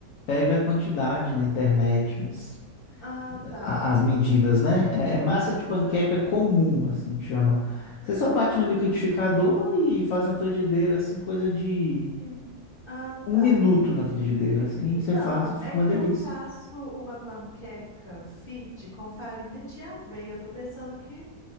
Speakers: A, on the left; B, on the left.
A: pega a quantidade na internet, mas
B: ah, tá.
A: a- as medidas, né? É, é massa de panqueca
B: Uhum.
A: comum, assim que chama. Você só bate
B: E eu
A: no liquidificador e faz na frigideira, assim, coisa de
B: não tenho. Ah,
A: um
B: tá.
A: minuto na frigideira, assim,
B: Então,
A: você faz e fica
B: é que
A: uma delícia.
B: eu faço uma panqueca fit com farinha de aveia. Eu tô pensando que.